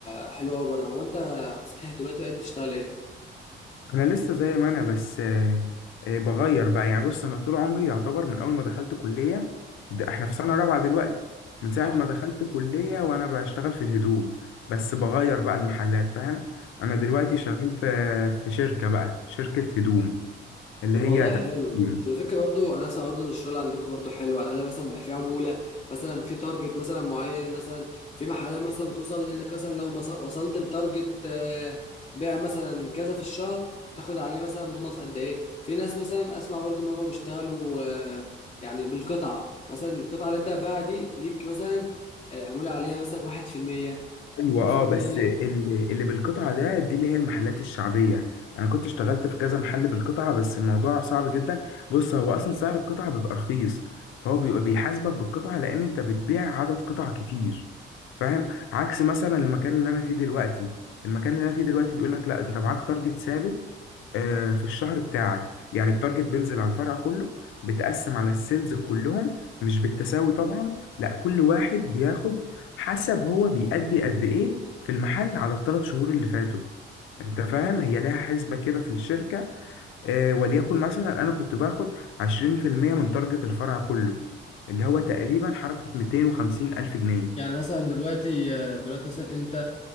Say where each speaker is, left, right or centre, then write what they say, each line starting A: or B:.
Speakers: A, on the left (about 30°); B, on the left (about 90°).
A: آه، حلو أوي بره هو أنت صحيح دلوقتي بقيت بتشتغل إيه؟
B: انا لسه زي ما انا بس آه، آه، بغير بقى يعني بص انا طول عمري يعتبر من اول ما دخلت كليه ده احنا في سنه رابعه دلوقتي من ساعه
A: اه
B: ما دخلت كليه وانا بشتغل في الهدوم بس بغير بقى المحلات فاهم انا دلوقتي شغال في في شركه بقى شركه هدوم اللي
A: طب
B: هي
A: والله
B: تحكيم.
A: حلو على فكره برضو انا اسمع برضو ان الشغل عندكم برضو حلو على الاقل مثلا بيبقى في عموله مثلا في تارجت مثلا معين مثلا في محلات مثلا بتوصل لانك مثلا لو مس- وصلت لتارجت آه، بيع مثلا كذا في الشهر بتاخد عليه مثلا بونص قد ايه في ناس مثلا اسمع برضو ان هم بيشتغلوا آه، يعني بالقطعه مثلا القطعه اللي انت هتبيعها دي ليك مثلا آه، عموله عليها مثلا 1%
B: ايوه
A: 2%
B: اه بس اللي, اللي بالقطعه ده دي اللي هي المحلات الشعبيه انا كنت اشتغلت في كذا محل بالقطعه بس الموضوع صعب جدا بص هو اصلا سعر القطعه بيبقى رخيص فهو بي- بيحاسبك بالقطعه لان انت بتبيع عدد قطع كتير فاهم عكس مثلا المكان اللي انا فيه دلوقتي المكان اللي انا فيه دلوقتي بيقول لك لا انت معاك تارجت ثابت آه، في الشهر بتاعك يعني التارجت بينزل على الفرع كله بتقسم على السيلز كلهم مش بالتساوي طبعا لا كل واحد بياخد حسب هو بيأدي قد ايه في المحل على الثلاث شهور اللي فاتوا انت فاهم هي لها حسبة كده في الشركة آه وليكن مثلا انا كنت باخد عشرين في المية من تارجت الفرع كله اللي هو تقريبا حركة ميتين وخمسين ألف جنيه
A: يعني مثلا دلوقتي دلوقتي مثلا انت